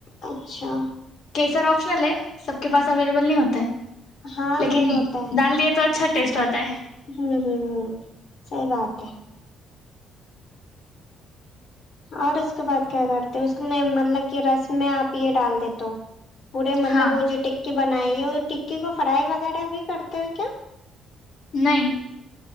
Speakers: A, on the left; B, on the left.
A: اچھا
B: سر آپشنل ہے سب کے پس اوی نہیں ہوتا ہے
A: ہاں
B: لیکن
A: نہیں ہوتا ہے
B: ڈال دیے تو اچھا ٹیسٹ ہوتا ہے
A: ہوں ہوں سحی بات ہے اور اس کے بعد کیا کرتے اس میں مطلب کہ رس میں آپ یہ ڈال دی تو پورے مطلب
B: ہاں
A: وہ جو کی بنائی یہ ٹکی کو فرائی وغیرہ بھی کرتے ہو کیا
B: نہیں